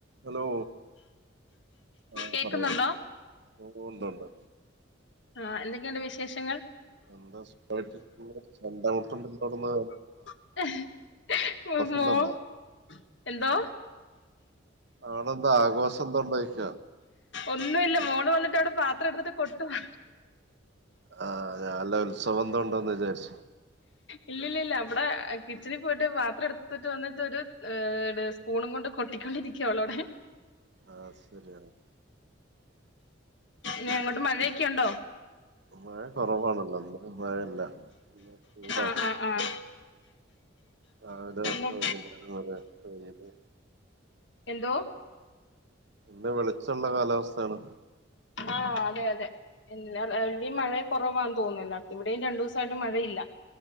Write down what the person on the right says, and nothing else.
ഹലോ ആ
പറയാം ഓ ഉണ്ട് ഉണ്ട്
എന്താ സുഖായിട്ട് സ്കൂളിൽ പഠിച്ചാ എന്താ ഊണ് ചുണ്ടന്റെഉടമ
എന്തുണ്ടോ
ആടെന്താ ആഘോഷംഎന്താ ഉണ്ടോയ്ക്കാ
ആഹ ഞാൻല്ല ഉത്സവം എന്തോ ഉണ്ടോന്ന് വിചാരിച്ചു
ആ ശരിയാണ്
മഴ കുറവാണല്ലോ ഇന്ന്പ്പോ മഴല്ല ചൂടാണ്
രാവിലെ തൊട്ട്
വൈകുന്നേരം വരെ വെയില്
ഇത് വെളിച്ചള്ള കാലാവസ്ഥേണ്